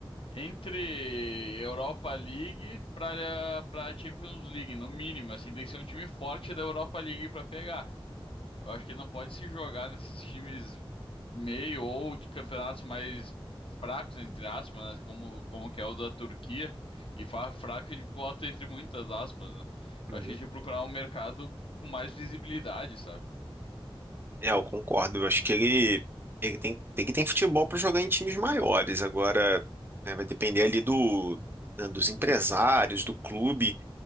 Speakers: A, on the left (about 70°); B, on the right (about 25°).
A: entre Europa League pra, pra Champions League, no mínimo, assim, tem que ser um time forte da Europa League pra pegar. Eu acho que ele não pode se jogar nesses times meio ou de campeonatos mais fracos, entre aspas, né? Como, como que é o da Turquia. E fala fraco e bota entre muitas aspas, né?
B: Uhum.
A: Eu acho que a gente tinha que procurar um mercado com mais visibilidade, sabe?
B: É, eu concordo. Eu acho que ele, ele tem, ele tem futebol para jogar em times maiores. Agora, né, vai depender ali do, né, dos empresários, do clube